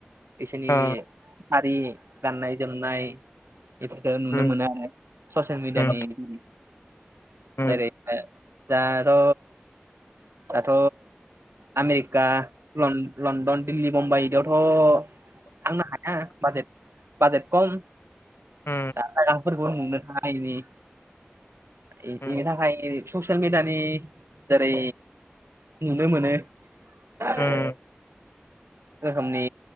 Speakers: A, on the right; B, on the left.
A: बिसोरनि
B: अ
A: हारि गाननाय जोमनाय बेफोरखौ नुनो
B: उम
A: मोनो आरो। ससियेल मिडियानि
B: उम उम
A: दारैनो दाथ' दाथ' आमेरिका लन-लन्डन दिल्ली बुम्बाइ बिदियावथ' थांनो हाया बाजेट बाजेट खम
B: उम
A: दा गाफोरखौ नुनो थाङिनि इ इनि
B: उम
A: थाखाय ससियेल मिडायानि जेरै नुनो मोनो आरो
B: उम
A: रोखोमनि